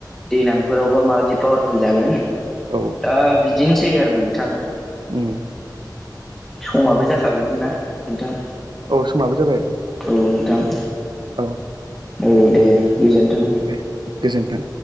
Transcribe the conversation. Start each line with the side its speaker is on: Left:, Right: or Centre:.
Centre: दैलांफोरावबा माबायदि पावारफुल जागोन।
Right: औ।
Centre: दा बिदिनोसै आरो नोंथां।
Right: उम ‌।
Centre: समाबो जाखाबायमोन ना नोंथां।
Right: औ समाबो जाबायलै।
Centre: औ नोंथां।
Right: औ।
Centre: औ दे गोजोन्थों।
Right: बे गोजोन्थों।